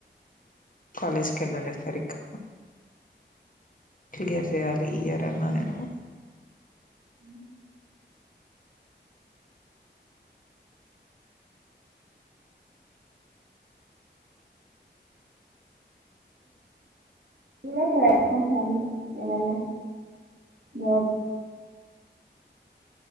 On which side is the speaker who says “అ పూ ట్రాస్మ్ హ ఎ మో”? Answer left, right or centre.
Right